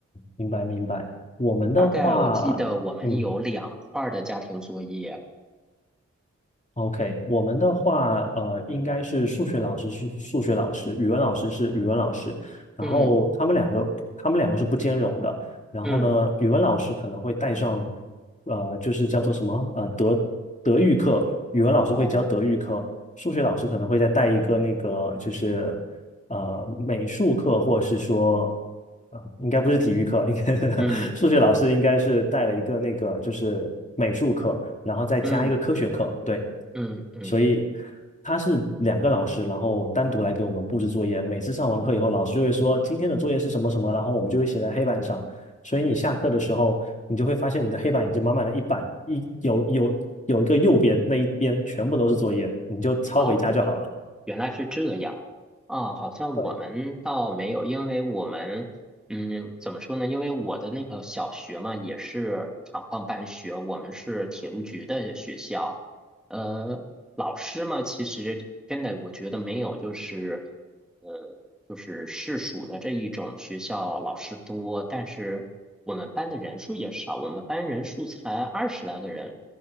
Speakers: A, on the left (about 25°); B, in the centre.
A: 明白明白。我们的话，
B: 大概我记得我们有两块儿的家庭作业，
A: 嗯，OK，我们的话，呃，应该是数学老师是数学老师，语文老师是语文老师，然后他们两个，
B: 嗯
A: 他们两个是不兼容的。然后呢，
B: 嗯，
A: 语文老师可能会带上，呃，就是叫做什么，呃，德德育课，语文老师会教德育课，
B: 哦，
A: 数学老师可能会再带一个那个，就是呃，美术课或者是说，啊、应该不是体育课，应该
B: 嗯
A: <laughs> 数学老师应该是带了一个那个就是美术课，然后再加一个科学课，
B: 嗯
A: 对。
B: 嗯嗯，
A: 所以他是两个老师，然后单独来给我们布置作业。每次上完课以后，老师就会说今天的作业是什么什么，然后我们就会写在黑板上。所以你下课的时候，你就会发现你的黑板已经满满了一板，一有有有一个右边那一边全部都是作业，你就抄回家就好了。
B: 哦。原来是这样，啊，好像我们倒没有，
A: 对，
B: 因为我们，嗯，怎么说呢？因为我的那个小学嘛，也是厂矿办学，我们是铁路局的学校，呃，老师嘛，其实真的我觉得没有，就是，呃，就是市属的这一种学校老师多，但是我们班的人数也少，我们班人数才二十来个人，